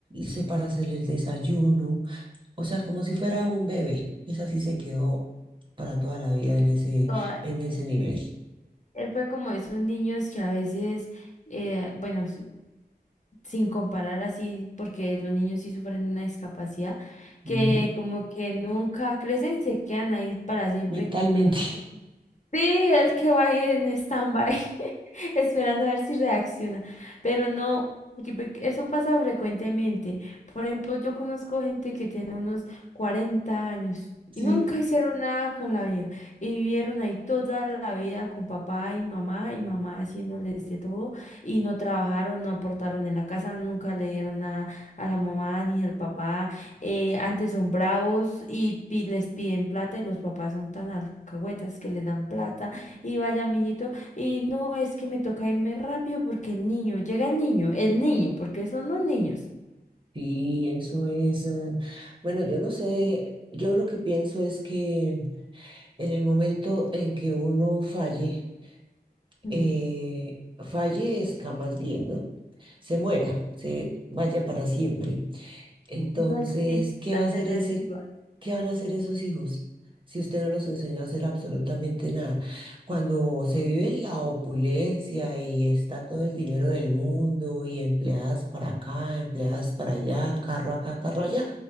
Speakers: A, on the right (about 30°); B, on the left (about 45°).
A: se para hacerle el desayuno. O sea, como si fuera un bebé. Esa sí se quedó para toda la vida en ese,
B: toda-
A: en ese nivel.
B: Él fue como esos niños que a veces, eh, bueno, s- sin comparar así, porque los niños sí sufren una discapacidad,
A: Ujú.
B: que como que nunca crecen, se quedan ahí para siempre
A: Mentalmente.
B: como en un
A: <laughs>
B: Sí, el que va ahí en stand-by, <laughs> esperando a ver si reacciona. Pero no, porque pe- eso pasa frecuentemente. Por ejemplo, yo conozco gente que tiene unos 40 años
A: Sí.
B: y nunca hicieron nada con la vida. Y vivieron ahí toda la vida con papá y mamá y mamá haciéndoles de todo. Y no trabajaron, no aportaron en la casa, nunca le dieron nada a la mamá ni al papá eh, antes son bravos y, pi- les piden plata y los papás son tan alcahuetas que les dan plata y vaya, mijito, y no, es que me toca irme rápido porque el niño, llega el niño, el niño, porque son los niños.
A: Sí, eso es. eh, Bueno, yo no sé. Yo lo que pienso es que en el momento en que uno falle,
B: Mm.
A: eh, fallezca más bien, ¿no? Se muera, se vaya para siempre. Entonces,
B: No existe,
A: ¿qué va a hacer
B: se desviva.
A: ese, qué van a hacer esos hijos? Si usted no los enseñó a hacer absolutamente nada. Cuando se vive en la opulencia y está todo el dinero del mundo y empleadas para acá, empleadas para allá, carro acá, carro allá,